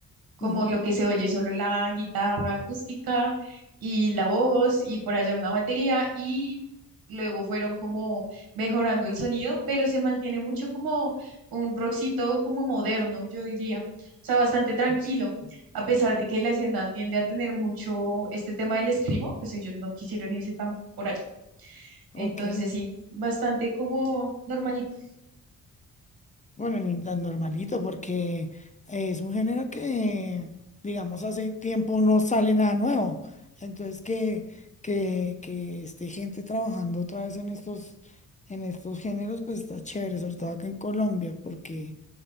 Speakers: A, on the right; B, on the left.
A: como
B: Ujú,
A: lo que se oye solo la guitarra acústica y la voz y por allá una batería y luego fueron como mejorando el sonido, pero se mantiene mucho como un rockcito como moderno, yo diría, o sea, bastante tranquilo,
B: Ok.
A: a pesar de que la escena tiende a tener mucho este tema del escribo, pues ellos no quisieron irse tan por allá. Entonces
B: Ok.
A: sí, bastante como normalito.
B: Bueno, ni tan normalito, porque es un género que, digamos, hace tiempo no sale nada nuevo. Entonces, que, que, que esté gente trabajando otra vez en estos, en estos géneros, pues está chévere, sobre todo acá en Colombia, porque